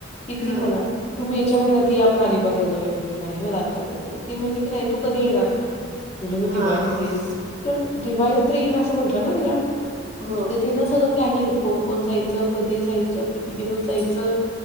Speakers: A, on the left; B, on the right.
A: किती
B: हा.
A: मला तुम्ही, च्या महिन्यात आपण, अलिबागला जाऊळ मिळू नाही, मला आता व तर ती म्हणजे की नाही तू कधी येणार सांग. म्हणजे मी
B: हा.
A: दिवाळी नंतर येईन तर, दिवाळी नंतर येईन असं म्हणत ना तिला,
B: हो.
A: ता ति ना सगळं, प्लॅनिंग कोण कोण जायचं कधी, जायचं किती दिवस जायचं.